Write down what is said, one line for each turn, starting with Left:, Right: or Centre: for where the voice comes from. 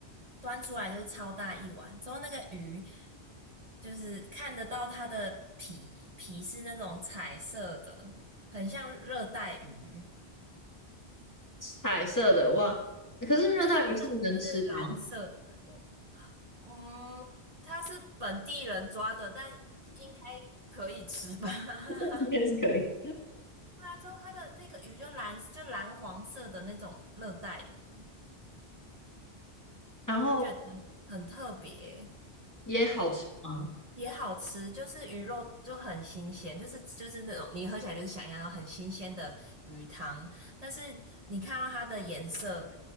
Right: 端出来就是超大一碗，之后那个鱼就是看得到它的皮皮是那种彩色的。很像热带鱼，
Left: 彩色的哇，可是热带鱼是能吃的哦，
Right: 就是它的皮是蓝色。我嗯，它是本地人抓的，但应该可以吃吧？<laughs>
Left: <laughs> 应该是可以。
Right: 对啊，之后它的那个鱼就蓝，就蓝黄色的那种热带鱼，
Left: 然后
Right: 我就觉得很特别，
Left: 也好吃 <laughs> 吗？
Right: 也好吃，就是鱼肉就很新鲜，就是就是那种你喝起来就是想要很新鲜的鱼汤，但是你看到它的颜色